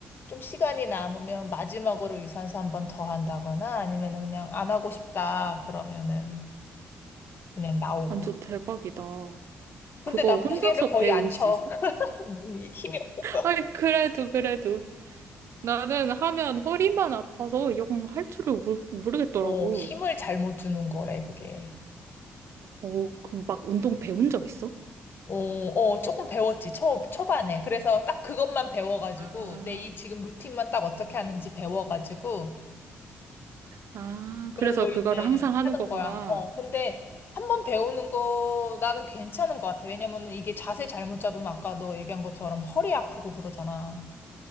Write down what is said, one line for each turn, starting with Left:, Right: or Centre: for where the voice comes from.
Left: 좀 시간이 남으면 마지막으로 유산소 한 번 더 한다거나 아니면은 그냥 안 하고 싶다 그러면은 그냥 나오고.
Right: 완전 대박이다.
Left: 근데
Right: 그거
Left: 나 무게를
Right: 혼자서
Left: 거의
Right: 배울
Left: 안 쳐.
Right: 수 있어?
Left: <laughs> 힘이 없어서.
Right: 아니, 그래도, 그래도. 나는 하면 허리만 아파서 영 할 줄을 모르, 모르겠더라고.
Left: 어, 힘을 잘못 주는 거래, 그게.
Right: 오 그럼 막 운동 배운 적 있어?
Left: 어, 어, 조금 배웠지, 초, 초반에. 그래서 딱 그것만 배워가지고,
Right: 아,
Left: 내 이 지금 루틴만 딱 어떻게 하는지 배워가지고,
Right: 아,
Left: 그걸로
Right: 그래서 그거를
Left: 이제
Right: 항상 하는
Left: 하는
Right: 거구나.
Left: 거야. 어, 근데 한번 배우는 거 나는 괜찮은 것 같아. 왜냐면은 이게 자세 잘못 잡으면 아까 너 얘기한 것처럼 허리 아프고 그러잖아.